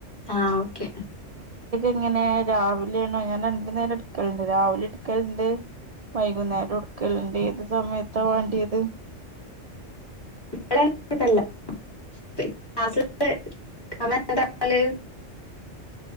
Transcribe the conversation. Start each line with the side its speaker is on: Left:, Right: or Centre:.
Left: ആഹ് ഓക്കെ
Right: ഇങ്ങനെ രാവിലേണോ ഞാൻ രണ്ടു നേരം ഇട്ക്കല്ണ്ട് രാവിലി ഇട്ക്കലുണ്ട് വൈകുന്നേരു ഇട്ക്കല്ണ്ട് ഏത് സമയത്താ വേണ്ടിയത്
Left: <unintelligible> <unintelligible>